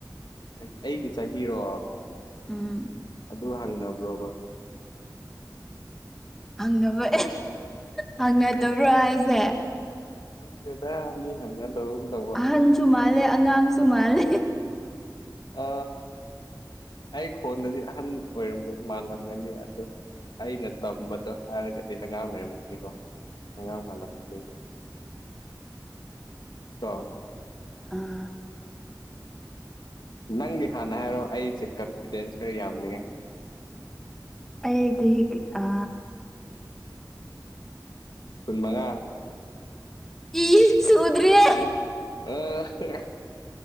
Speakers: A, on the left; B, in the centre.
A: ꯆꯍꯤ ꯑꯩꯒꯤ ꯆꯍꯤꯔꯣ
B: ꯎꯝ
A: ꯑꯗꯨ ꯍꯪꯅꯕ꯭ꯔꯣꯕ
B: ꯍꯪꯅꯕ ꯍꯪꯅꯗꯕ꯭ꯔꯣ ꯍꯥꯏꯁꯦ
A: ꯑꯪꯗꯦꯗꯥ ꯃꯤ ꯍꯪꯅ <unintelligible>
B: ꯑꯍꯟꯁꯨ ꯃꯥꯜꯂꯦ ꯑꯉꯥꯡꯁꯨ ꯃꯥꯜꯂꯦ
A: ꯑ ꯑꯩ ꯈꯣꯟꯗꯗꯤ ꯑꯍꯟ ꯑꯣꯏꯔ ꯃꯥꯜꯂꯝꯒꯅꯤ ꯑꯗꯨ ꯑꯩꯅ ꯇꯝꯕꯗꯣ ꯍꯥꯏꯔꯒꯗꯤ ꯑꯉꯥꯡ ꯑꯣꯏꯔꯝꯒꯅꯤꯀꯣ ꯑꯉꯥꯡ ꯃꯥꯜꯂꯝꯃꯅꯤꯕ ꯀꯣ
B: ꯑꯥ
A: ꯅꯪꯒꯤ ꯍꯥꯟꯅ ꯍꯥꯏꯔꯣ ꯑꯩꯁꯦ ꯀꯟꯐꯤꯗꯦꯟꯁ ꯈꯔ ꯌꯥꯝꯅꯤꯉꯥꯏ
B: ꯑꯩ ꯆꯥꯍꯤꯗꯤ ꯑ
A: ꯀꯨꯟꯃꯉꯥ
B: ꯏꯁ ꯁꯨꯗ꯭ꯔꯤꯌꯦ
A: ꯑꯥ <unintelligible>